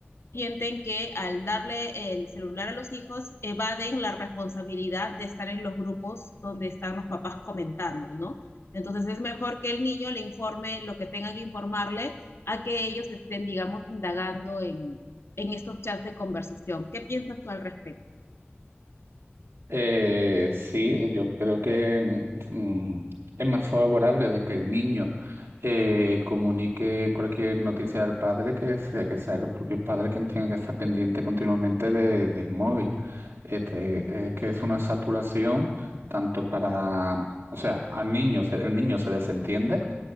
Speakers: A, on the left; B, on the right.
A: sienten que al darle el celular a los hijos evaden la responsabilidad de estar en los grupos donde están los papás comentando, ¿no? Entonces es mejor que el niño le informe lo que tengan que informarle a que ellos estén, digamos, indagando en, en estos chats de conversación. ¿Qué piensas tú al respecto?
B: Eh, sí, eh, yo creo que mm, mm, es más favorable de que el niño eh, comunique cualquier noticia al padre que sea que sea el propio padre quien tenga que estar pendiente continuamente de- del móvil. Este,
A: Ujú,
B: eh, que es una saturación tanto para, o sea, al niño, se- el niño se desentiende,